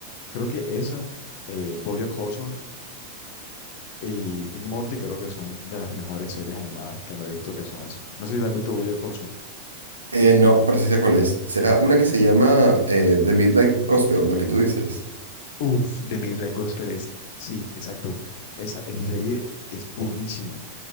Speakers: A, on the left; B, on the right.
A: creo que esa, eh, BoJack Horseman y Rick y Morty creo que son de las mejores series animadas que me he visto que son así. No sé si te has visto BoJack Horseman.
B: Eh, no, pero sí sé cuál es. Será una que se llama eh, The Midnight Gospel, la que tú dices.
A: Uf, de Midnight Gospel es, sí, exacto. Esa, esa serie es buenísima.